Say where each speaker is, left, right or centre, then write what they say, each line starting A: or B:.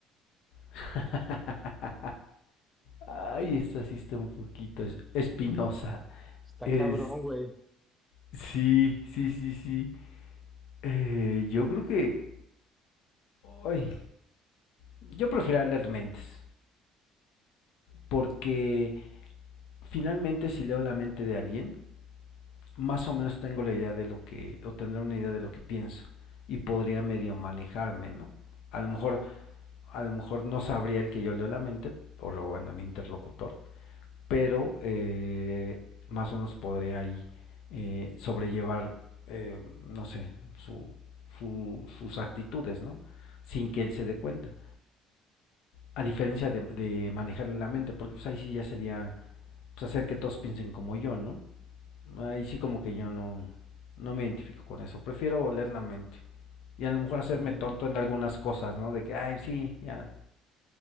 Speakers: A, on the left (about 70°); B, in the centre.
A: <laughs> Ay, esta sí está un poquito es- espinosa.
B: Está
A: Es,
B: cabrón, güey.
A: sí, sí, sí, sí. Eh, yo creo que, ay, Yo prefiero leer mentes, porque finalmente si leo la mente de alguien, más o menos tengo la idea de lo que, o tendré una idea de lo que piensa, y podría medio manejarme, ¿no? A lo mejor, a lo mejor no sabría el que yo leo la mente, o lo bueno, el interlocutor, pero eh, más o menos podría ahí eh, sobrellevar, eh, no sé, su, su, sus actitudes, ¿no? Sin que él se dé cuenta. A diferencia de, de manejarle la mente, porque pues ahí sí ya sería pues, hacer que todos piensen como yo, ¿no? Ahí sí como que yo no, no me identifico con eso, prefiero leer la mente. Y a lo mejor
B: Yo
A: hacerme
B: también,
A: tonto en algunas cosas, ¿no? De que, ay, sí, ya,